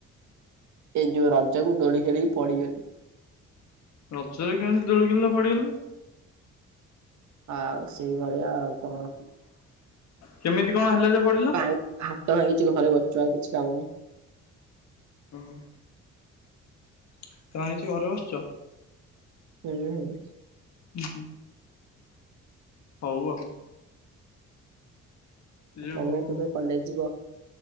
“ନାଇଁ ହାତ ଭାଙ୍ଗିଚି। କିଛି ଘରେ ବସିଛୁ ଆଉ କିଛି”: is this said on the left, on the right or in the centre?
Right